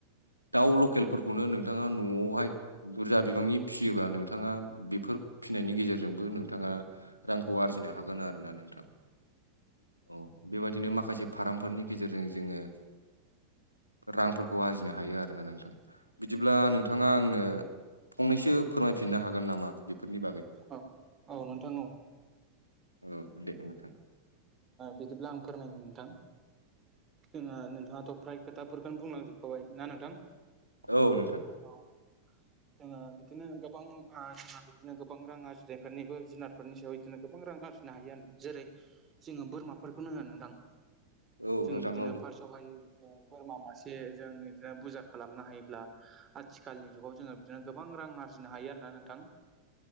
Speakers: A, on the left; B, on the right.
A: दाउ लकेलफोरखौनो नोंथाङा न'आवहाय बुरजा बिबांनि फिसियोबा नोंथाङा बेफोर फिनायनि गेजेरजोंबो नोंथाङा रांखौ आरजिनो हागोन आरो ना नोंथां औ बेबायाददिनो माखासे फार्मफोरनि गेजेरजों जोङो रां ग आरजिनो हायो आरोना नोंथां बिदिब्ला नोंथाङा आंनो फंनैसो फोरमायफिननो हागोन नामा बेफोरनि बागै
B: औ औ नोंथां औ
A: औ दे नोंथां
B: बिदिब्ला आं फोरमायो नोंथां जोङो नोंथाङाथ' फ्राय खोथाफोरखौनो बुंलांजोब खबाय ना नोंथां
A: औ नोंथां
B: औ जोङो बिदिनो गोबां जोंहा बिदिनो गोबां रां आरजिनायफोरनिबो जुनार नि सायाव बिदिनो गोबां रां आरजिनो हायो आरोोना जेरै जोङो बोरमाफोरखौनो होनदां
A: औ
B: जोङो
A: नोंथां
B: बिदिनो
A: औ
B: फार्स्ट सहायो बिदिनो बोरमा मासे जों बिदिनो बुरजा खालामनो हायोब्ला आथिखालनि जुगाव जोङो बिदिनो गोबां रां आरजिनो हायो आरोोना नोंथां